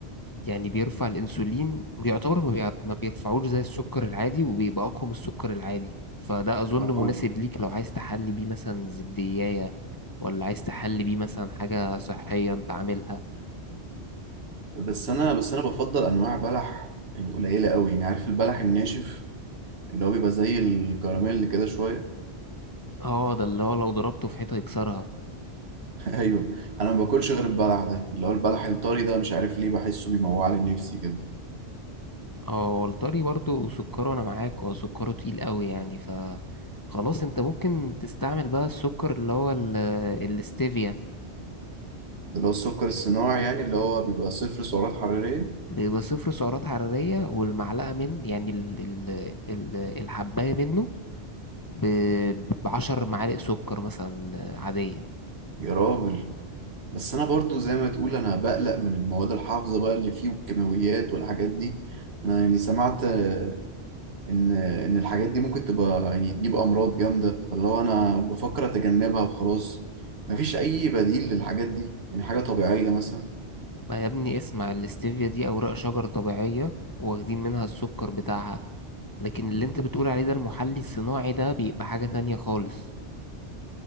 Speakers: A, on the left; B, on the right.
A: يعني بيرفع الانسولين بيعتبر ما, بيع... ما بيرفعوش زي السكر العادي وبيبقى اقوى من السكر العادي فده اظن
B: اه
A: مناسب
B: اه
A: ليك لو عايز تحلي بيه مثلا زبدية ولا عايز تحلي بيه مثلا حاجة صحية انت عاملها
B: بس انا بس انا بفضل انواع بلح يعني قليله قوي يعني عارف البلح الناشف اللي هو بيبقى زي الكراميل كده شويه
A: اه ده اللي هو لو ضربته في حيطة يكسرها
B: <laughs> ايوه انا ما باكلش غير البلح ده اللي هو البلح الطري ده مش عارف ليه بحسه بيموع لي نفسي كده
A: اه والطري برضو سكره انا معاك هو سكره تقيل قوي يعني ف خلاص انت ممكن تستعمل بقى السكر اللي هو ال- الاستيفيا
B: اللي هو السكر الصناعي يعني اللي هو بيبقى صفر سعرات حراريه
A: بيبقى صفر سعرات حرارية والمعلقة من يعني ال ال ال الحباية منه ب- بعشر معالق سكر مثلا عادية
B: يا راجل بس انا برضو زي ما تقول انا بقلق من المواد الحافظة بقى اللي فيه والكيماويات والحاجات دي انا يعني سمعت آه، ان ان الحاجات دي ممكن تبقى يعني تجيب امراض جامدة فاللي هو انا بفكر اتجنبها وخلاص مفيش اي بديل للحاجات دي يعني حاجة طبيعية مثلا
A: ما يا ابني اسمع الاستيفيا دي أوراق شجر طبيعية واخدين منها السكر بتاعها لكن اللي انت بتقول عليه ده المحلي الصناعي ده بيبقى حاجة تانية خالص